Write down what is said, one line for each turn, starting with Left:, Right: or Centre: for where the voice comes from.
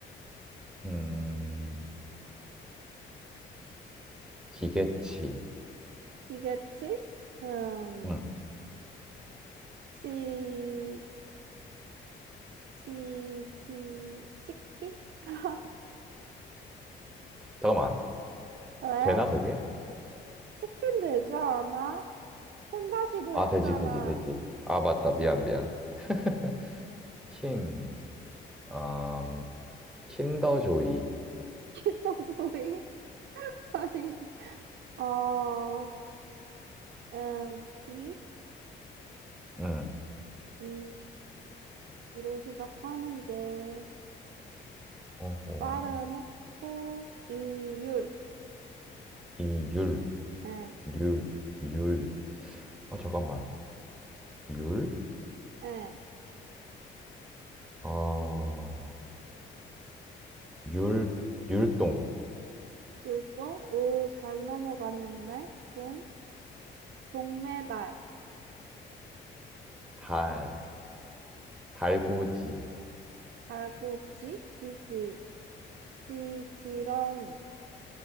Centre: 음, 기계치.
Right: 기계치, 음,
Centre: 음,
Right: 치, 치, 치, 치킨? <laughs>
Centre: 잠깐만,
Right: 왜?
Centre: 되나 그게?
Right: 치킨 되지 않아? 혼다시도
Centre: 아,
Right: 했잖아.
Centre: 되지, 되지, 되지. 아, 맞다, 미안, 미안. <laughs> 킨, 음, 킨더조이.
Right: <laughs> 키토조이? 아니. 어, 음, 이,
Centre: 응.
Right: 음, 이로 시작하는 게
Centre: 어허.
Right: 빠른 했고, 이율,
Centre: 이율,
Right: 예,
Centre: 률 율. 아, 잠깐만. 율?
Right: 예,
Centre: 어, 율, 율동.
Right: 율동, 오, 잘 넘어갔는데, 동, 동메달,
Centre: 달, 달구지.
Right: 발꿈치, 지지, 지, 지렁이,